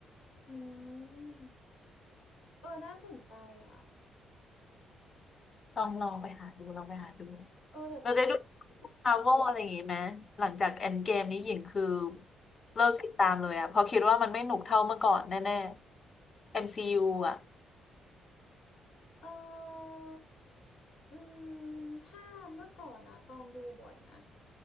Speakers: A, on the left (about 70°); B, on the left (about 40°).
A: อืมเออน่าสนใจอ่ะ
B: <laughs> ลองลองไปหาดูลองไปหาดู
A: เออเดี๋ยวต้องลองดู
B: เราได้ดูมาร์วอะไรอย่างงี้ไหมหลังจาก e n d g a m e นี้หญิงคือเลิกติดตามเลยอะเพราะคิดว่ามันไม่หนุกเท่าเมื่อก่อนแน่ๆ MCU อมซียูอะ
A: เอออืมถ้าเมื่อก่อนนะตองดูบ่อยนะ